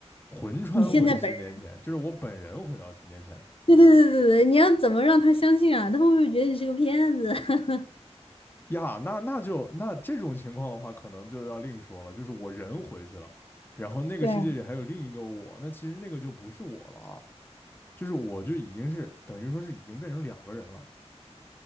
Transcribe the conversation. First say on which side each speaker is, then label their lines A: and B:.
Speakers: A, on the left (about 20°); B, on the left (about 55°).
A: 魂穿回十年前，
B: 你现在本人，
A: 就是我本人回到十年前。
B: 对对对对对，你要怎么让他相信啊？他会不会觉得你是个骗子？<laughs>
A: 呀，那那就那这种情况的话，可能就要另说了，就是我人回去了，然后那个世界里还有另一个我，
B: 对啊
A: 那其实那个就不是我了啊，就是我就已经是等于说是已经变成两个人了。